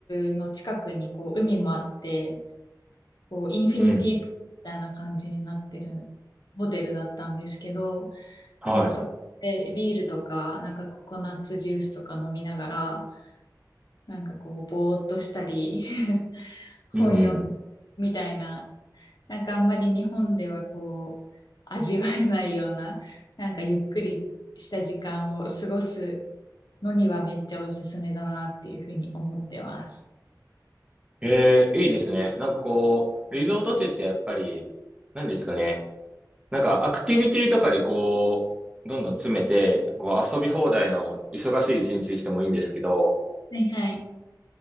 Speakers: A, on the left; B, on the right.
A: ルの近くにこう海もあって、こうインフィニティプールみたいな感じになってるホテルだったんですけど、
B: うん。うんはい。
A: なんかそこでビールとか、なんかココナッツジュースとか飲みながら、なんかこうぼーっとしたり <laughs> 本読んだりみたいな
B: うん。
A: なんかあんまり日本ではこう、味わえないような、なんかゆっくりした時間を過ごすのにはめっちゃおすすめだなっていうふうに思ってます。
B: ええ、いいですね。なんかこう、リゾート地ってやっぱり、何ですかね。なんかアクティビティとかでこう、どんどん詰めて、こう遊び放題の忙しい一日にしてもいいんですけど、
A: はいはい。